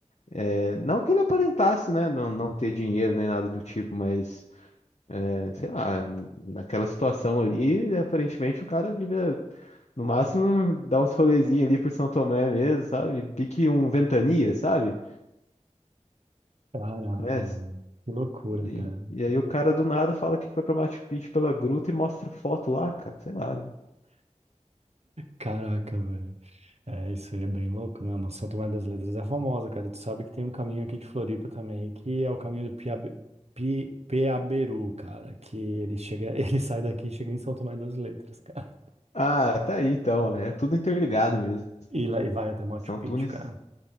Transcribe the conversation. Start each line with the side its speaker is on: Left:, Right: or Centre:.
Left: É, não que ele aparentasse, né, não, não ter dinheiro nem nada do tipo, mas, é, sei lá, naquela situação ali, aparentemente o cara devia, no máximo, dar uns rolezinhos ali por São Tomé mesmo, sabe? Pique um Ventania, sabe?
Right: caraca,
Left: Conhece?
Right: mano. Que loucura,
Left: E,
Right: cara.
Left: e aí o cara do nada fala que foi pra Machu Picchu pela gruta e mostra foto lá, cara, sei lá, né?
Right: Caraca, velho. É, isso aí é bem louco, né? Mas São Tomé das Letras é famosa, cara. E tu sabe que tem um caminho aqui de Floripa também, que é o caminho do Piabe... Pi... Peaberu, cara. Que ele chega, <laughs> ele sai daqui e chega em São Tomé das Letras, cara.
Left: Ah, tá aí então, é tudo interligado mesmo,
Right: E, lá, e vai até Machu
Left: são
Right: Picchu,
Left: túneis
Right: cara.